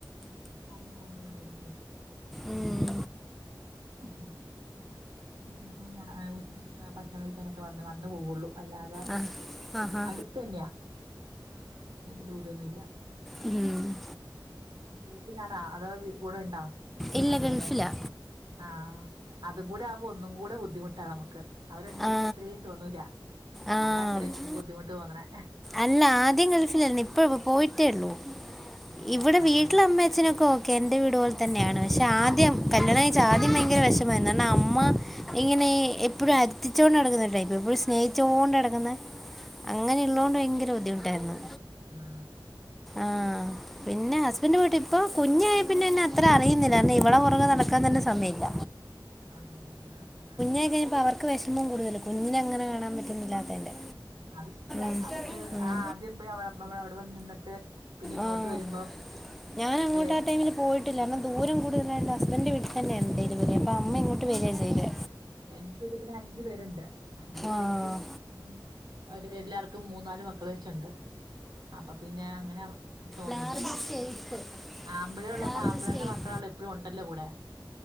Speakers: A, on the right; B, in the centre.
A: രാവിലെ പോവും വൈന്നേരം വരും
B: ഉം
A: ഉം പിന്നെപ്പോ രാ അയോ ഉച്ചക്കൊക്കെ ഭക്ഷണം കഴിക്കാനൊക്കെ വന്ന് വന്ന് പോവുള്ളൂ അല്ലാതെ
B: ആ ആഹാ
A: അടുത്തന്നെയാ വല്ല്യ ദൂരൊന്നുവില്ല
B: ഉം
A: ഗൾഫിലാണോ അതോ വി കൂടെ ഇണ്ടോ ഹസ്ബന്റ്
B: ഇല്ല ഗൾഫിലാ
A: ആഹ് അതും കൂടെ ആവുമ്പോ ഒന്നും കൂടെ ബുദ്ധിമുട്ടാ നമുക്ക് അവരുണ്ടെങ്കി
B: ആ
A: അത്രയും തോന്നൂല
B: ആ ആ
A: അതാ അത്രയും ബുദ്ധിമുട്ട് തോന്നണേ
B: അല്ല ആദ്യം ഗൾഫിലായിരുന്നു ഇപ്പം പോയിട്ടേ ഉള്ളൂ
A: അതെല്ലേ
B: ഇവിടെ
A: ആഹ്
B: വീട്ടില്
A: ആഹ്
B: അമ്മ അച്ഛനൊക്കെ ഓക്കെയാ എൻ്റെ വീട് പോലെ തന്നെയാണ് പക്ഷെ ആദ്യം
A: ആഹ്
B: കല്യാണം കഴിച്ച ആദ്യം ഭയങ്കര വിഷമായിരുന്നു കാരണം അമ്മ ഇങ്ങനെ എപ്പഴും അരുത്തിചോണ്ട് നടക്കുന്ന ഒരു ടൈപ്പ് എപ്പഴും സ്നേഹി ചോണ്ട് നടക്കുന്നെ അങ്ങനെയുള്ളോണ്ട് ഭയങ്കര ബുദ്ധിമുട്ടായിരുന്നു
A: ഉം പാ
B: ആഹ് പിന്നെ ഹസ്ബന്റ് വീട്ട് ഇപ്പൊ കുഞ്ഞായേ പിന്നെന്നെ അത്ര അറിയുന്നില്ലാരുന്നു ഇവളെ പുറകെ നടക്കാൻ തന്നെ സമയല്ല
A: അന്ന് അതാ
B: ഞാൻ കഴിയുമ്പ അവർ ക്ക് വിഷമം കൂടുതല് കുഞ്ഞിനെ അങ്ങനെ കാണാൻ പറ്റുന്നില്ലാത്തന്റെ
A: ആഹ് അത് ശരിയാ
B: ഉം
A: അവരുടെ
B: ഉം
A: ആ ആദ്യം പോയി അവടെ നമ്മള് അവടെ വന്ന് നിന്നിട്ട് പിന്നെ ഇങ്ങോട്ട്
B: ആഹ്
A: വരുമ്പം
B: ഞാൻ അങ്ങോട്ട്
A: വേ
B: ആ ടൈമില് പോയിട്ടില്ലാരുന്നു ദൂരം കൂടുതലായോണ്ട് ഹസ്ബന്റിന്റെ വീട്ടി തന്നെയായിരുന്നു ഡെലിവറി അപ്പോ അമ്മ
A: ആഹ്
B: ഇങ്ങോട്ട്
A: ആഹ്
B: വരിയ ചെയ്തേ
A: എന്റെ വീട്ടി പിന്നെ അഞ്ചു പേരുണ്ട് അഞ്ചു പേർക്കും
B: ആഹ്
A: ഉം ഉം അവര് എല്ലാർക്കും മൂന്നാല് മക്കള് വെച്ചുണ്ട് അപ്പൊ പിന്നെ അങ്ങനെ തോന്നുല്ല
B: ലാർജ് സ്റ്റേപ്പ്
A: ആമ്പിള്ളേര് ഉള്ളപ്പോ
B: ലാർജ്
A: ആമ്പിള്ളേരുടെ
B: സ്റ്റേപ്പ്
A: മക്കളാണല്ലൊ എപ്പഴും ഉണ്ടല്ലോ കൂടെ